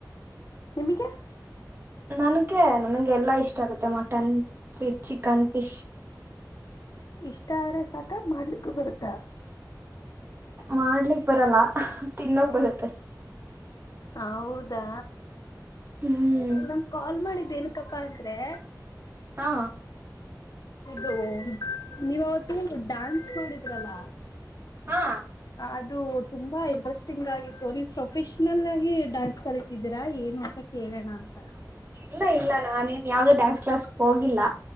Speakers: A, on the left (about 60°); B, on the right (about 30°).
A: ನಿಮಗೆ
B: ನನಗೆ ನನಗೆ ಎಲ್ಲಾ ಇಷ್ಟ ಆಗುತ್ತೆ ಮಟನ್ ಫಿಶ್ ಚಿಕನ್ ಫಿಶ್
A: ಇಷ್ಟ ಆದ್ರೆ ಸಾಕ ಮಾಡ್ಲಿಕ್ಕೂ ಬರುತ್ತ
B: ಮಾಡ್ಲಿಕ್ಕೆ ಬರಲ್ಲ ತಿ ನ
A: ಹ್ಮ
B: ಕೊರತತಿ
A: ಹೌದಾ
B: ಹ್ಮ್
A: ನನ್ ಕಾಲ್ ಮಾಡಿದ್ದೆ ನಕಪ್ಪಾ ಅ ತ್ರೆ.
B: ಹಾ.
A: ಇದು ದ್ ನೀವ್ ಅವತ್ತು ಡಾನ್ಸ್ ಮಾಡಿದ್ರಲ್ಲ.
B: ಹಾ.
A: ಅದು ತುಂಬಾ ಇಂಟ್ರೆಸ್ಟಿಂಗ್ ಆಗಿತ್ತು ನೀವು ಪ್ರೊಫೆಷನಲ್ ಆಗಿ ಡಾನ್ಸ್ ಕಲಿತಿದ್ದೀರಾ ಏನು ಅಂತ ಕೇಳೋಣ ಅಂತ.
B: ಇಲ್ಲ ಇಲ್ಲ ನಾನೇನ್ ಯಾವ್ದು ಡ್ಯಾನ್ಸ್ ಕ್ಲಾಸ್ ಹೋಗಿಲ್ಲ.